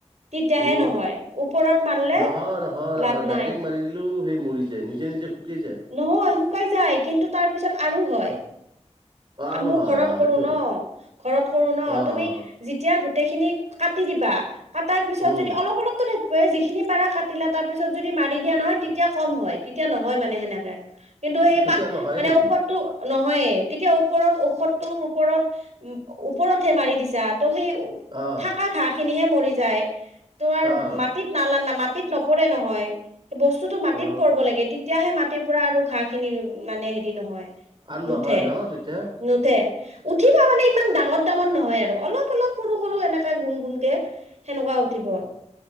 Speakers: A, on the right; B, on the right.
A: তেতিয়াহে
B: উম,
A: নহয় ওপৰত মাৰিলে
B: নহয়, নহয়, নহয়
A: লাভ
B: ডাইৰেক্ট
A: নাই
B: মাৰি দিলোঁ সেই মৰি যায়, নিজে, নিজে শুকে
A: নহয় শুকাই যায়, কিন্তু তাৰ পিছত আৰু হয়,
B: অ অ আৰু
A: মোৰ
B: হয়
A: ঘৰত
B: অ
A: কৰোঁ
B: সেইটো
A: ন,
B: হয়
A: ঘৰত কৰোঁ ন'
B: অ
A: তুমি
B: অ অ',
A: যেতিয়া গো গোটেই খিনি কাটি দিবা। কাটাৰ পিছত
B: উম
A: যদি অলপ, অলপটো থাক যিখিনি পাৰা কাটিলা, তাৰ পিছত যদি মাৰি দিয়া নহয় তেতিয়া
B: উম।
A: কম হয়। তেতিয়া নহয় মা সেনেকে কিন্তু সেই
B: তেতিয়া
A: পাত,
B: নহয়ে
A: মানে
B: নেকি
A: ঔষধটো ন হয়য়ে তেতিয়া ওপৰত ঔষধটোৰ ওপৰত ওপৰতহে মাৰি দিছা। ত সেই
B: অ
A: থাকা ঘাট খিনিহে মৰি যায়। তোমাৰ
B: অ
A: মাটিত নালানা মাটিত নপৰে নহয়, বস্তুটো মাটিত
B: অ
A: পৰব লাগে তেতিয়াহে মাট ৰাতিৰ পৰা আৰু ঘাঁহ খিনি মানে হেৰি নহয়।
B: আৰু
A: নুঠে
B: নহয় ন তেতিয়া?
A: নুঠে উঠিব মানে ইমান ডাঙৰ ডাঙৰ নহয়, আৰু অলপ অলপ সৰু সৰু এনেকে গুণ গুণকে। সেনেকুৱা উঠিব
B: অ